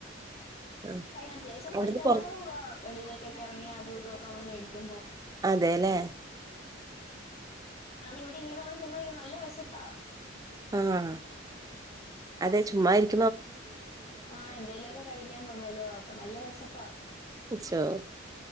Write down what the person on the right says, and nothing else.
ആ,
അവിടുന്ന്
പൊറ
അതെല്ലേ
ആഹ അതെ ചുമക്ക <unintelligible>
ശോ